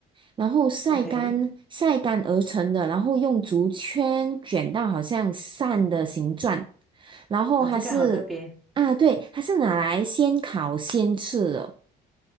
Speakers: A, on the right (about 30°); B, in the centre.
A: 然后晒干晒干而成的，
B: ，OK，
A: 然后用竹圈卷到好像扇的形状，然后它是啊，
B: 啊，这个好特别
A: 对，它是拿来先烤先吃的。